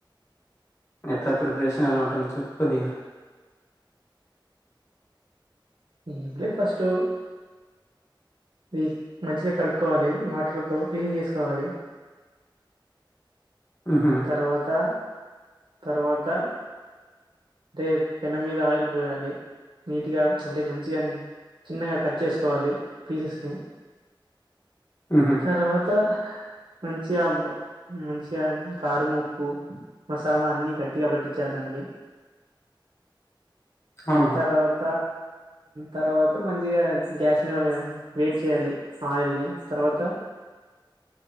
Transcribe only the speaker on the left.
ఎట్లా ప్రిపరేషన్ ఎలా ఉంటుంది చెప్పు కొద్దిగా
ఉహు
ఉహు
అవునా